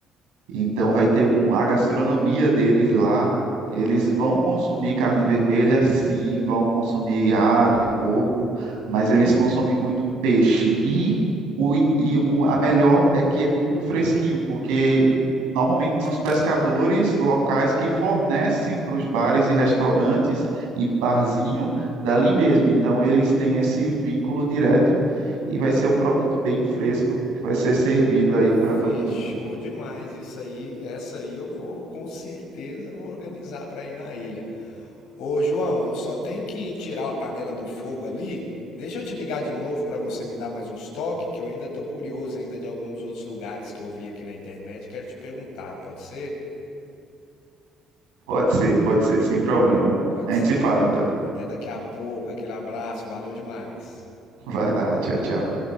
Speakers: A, on the right (about 85°); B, on the left (about 80°).
A: Então vai ter mu- a gastronomia deles lá. Eles vão consumir carne vermelha, sim, vão consumir ave, porco, mas eles consomem muito peixe. E, o, i- e o- a melhor é que é tudo fresquinho, porque normalmente são os pescadores locais que fornecem para os bares e restaurantes e barzinho dali mesmo. Então eles têm esse vínculo direto e vai ser um produto bem fresco que vai ser servido aí
B: Fechou
A: para todo mundo.
B: demais isso aí. Essa aí eu vou, com certeza, vou organizar para ir na ilha. Ô, João, eu só tenho que tirar a panela do fogo ali. Deixa eu te ligar de novo para você me dar mais uns toques, que eu ainda tô curioso ainda de alguns outros lugares que eu vi aqui na internet. Quero te perguntar, pode ser?
A: Pode ser, pode ser, sem problema.
B: Pode
A: A gente
B: ser,
A: se fala
B: então.
A: então.
B: Até daqui a pouco. Aquele abraço, valeu demais.
A: <laughs> Vai lá, tchau, tchau.